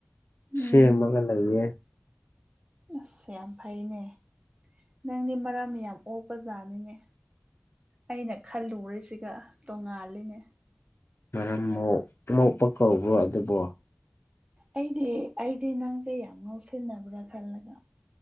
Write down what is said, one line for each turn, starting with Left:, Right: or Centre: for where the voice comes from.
Right: ꯎꯝ
Left: ꯁꯦꯝꯃꯒ ꯂꯩꯌꯦ
Right: ꯑꯁ ꯌꯥꯝ ꯐꯩꯅꯦ ꯅꯪꯗꯤ ꯃꯔꯥ ꯌꯥꯝ ꯑꯣꯛꯄꯖꯥꯠꯅꯤꯅꯦ ꯑꯩꯅ ꯈꯜꯂꯨꯔꯤꯁꯤꯒ ꯇꯣꯉꯥꯜꯂꯤꯅꯦ
Left: ꯃꯔꯝ ꯃꯣꯛ ꯃ‌ꯣꯛꯄꯥ ꯀꯧꯕ꯭ꯔꯣ ꯑꯗꯨꯕ‌ꯣ
Right: ꯑꯩꯗꯤ ꯑꯩꯗꯤ ꯅꯪꯁꯦ ꯌꯥꯝ ꯉꯧꯁꯤꯟꯅꯕ꯭ꯔꯥ ꯈꯜꯂꯒ